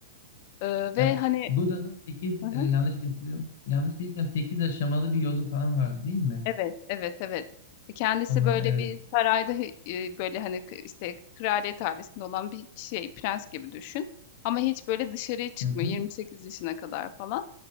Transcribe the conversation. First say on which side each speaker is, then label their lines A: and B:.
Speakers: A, on the left (about 50°); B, on the left (about 65°).
A: E, ve
B: Ya
A: hani
B: Buda'nın 8
A: <laughs>
B: yanlış değilsem yanlış değilsem 8 aşamalı bir yolu falan vardı değil mi?
A: Evet, evet, evet. E, Kendisi
B: Onlar
A: böyle
B: evet.
A: bir sarayda e, böyle hani k- işte kraliyet ailesinde olan bir şey, prens gibi düşün. Ama hiç böyle dışarıya çıkmıyor
B: Hı hı,
A: 28 yaşına kadar falan.